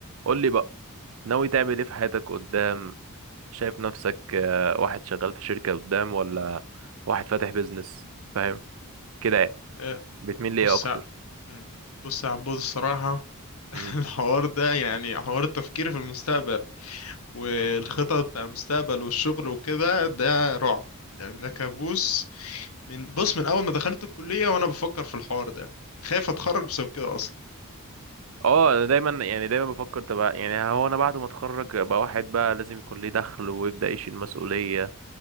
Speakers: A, on the right; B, on the left.
A: قول لي بقى ناوي تعمل ايه في حياتك قدام شايف نفسك آه، واحد شغال في شركة قدام ولا واحد فاتح بيزنس فاهم كده يعني
B: آه،
A: بتميل
B: بص
A: ليه اكتر
B: ع- مم. بص يا عبود الصراحة <laughs>
A: امم
B: الحوار ده يعني حوار التفكير في المستقبل والخطط بتاع المستقبل والشغل وكده ده رعب يعني ده كابوس من بص من أول ما دخلت الكلية وأنا بفكر في الحوار ده خايف أتخرج بسبب كده أصلا
A: اه انا دايما يعني دايما بفكر تبقى يعني هو انا بعد ما اتخرج ابقى واحد بقى لازم يكون ليه دخل ويبدأ يشيل مسؤولية